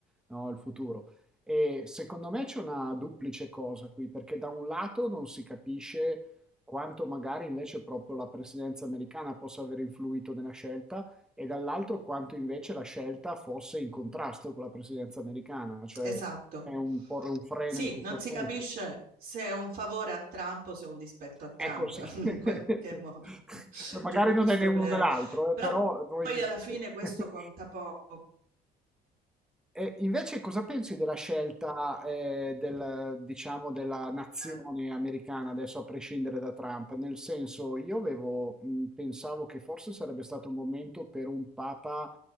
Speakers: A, in the centre; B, on the right.
A: no, il futuro. E secondo me c'è una duplice cosa qui, perché da un lato non si capisce quanto magari invece proprio la presidenza americana possa aver influito nella scelta e dall'altro quanto invece la scelta fosse in contrasto con la presidenza americana, cioè
B: esatto.
A: è un porre un freno
B: Sì,
A: in questo
B: non si
A: senso.
B: capisce se è un favore a Trump o se è un dispetto a Trump,
A: Ecco sì,
B: <laughs>
A: <laughs>
B: in qualche modo, <laughs>
A: magari non
B: giusto
A: è né uno
B: per...
A: né l'altro,
B: Però
A: eh, però noi...
B: poi alla fine questo
A: <laughs>
B: conta poco.
A: E invece cosa pensi della scelta, eh, del, diciamo, della nazione
B: Le
A: americana adesso a prescindere da Trump? Nel senso, io avevo, mh, pensavo che forse sarebbe stato un momento per un papa